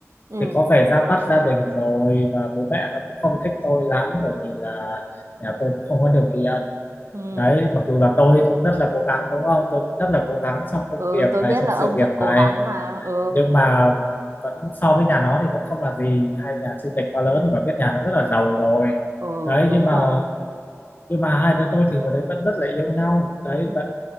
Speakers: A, on the right; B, on the left.
A: ừ
B: thì có vẻ ra mắt gia đình rồi và bố mẹ nó cũng không thích tôi lắm bởi vì là nhà tôi cũng không có điều kiện
A: ừ
B: đấy mặc dù là tôi cũng rất là cố gắng đúng không tôi cũng rất là cố gắng trong công
A: ừ
B: việc
A: tôi
B: này
A: biết
B: trong
A: là
B: sự
A: ông
B: nghiệp
A: rất cố
B: này
A: gắng mà ừ
B: nhưng mà vẫn so với nhà nó thì vẫn không là gì hai nhà chênh lệch quá lớn và biết nhà nó rất là giàu rồi
A: ừ
B: đấy
A: đúng
B: nhưng mà
A: rồi
B: nhưng mà hai đứa tôi thì hồi đấy vẫn rất là yêu nhau đấy
A: ừ
B: vẫn